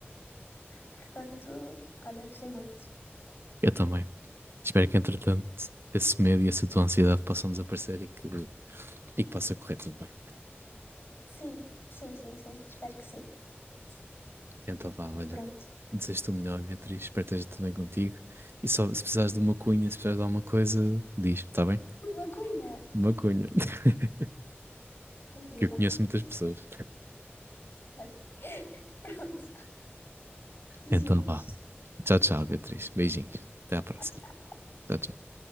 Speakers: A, on the left (about 65°); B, on the right (about 65°).
A: portanto, olha, gostei muito.
B: Eu também. Espero que, entretanto, esse medo e essa tua ansiedade possam desaparecer e que, e que possa correr tudo bem.
A: Sim, sim, sim, sim. Espero que sim.
B: Então vá, olha,
A: Pronto.
B: desejo-te o melhor, Beatriz. Espero que esteja tudo bem contigo. E só se precisares de uma cunha, se precisares de alguma coisa, diz, está bem?
A: <laughs> Uma cunha!
B: Uma cunha. <laughs>
A: Incrível.
B: Que eu conheço muitas pessoas.
A: Tá bem. Pronto. Beijinhos.
B: Então vá. Tchau, tchau, Beatriz. Beijinhos. Até à próxima.
A: Tchau.
B: Tchau, tchau.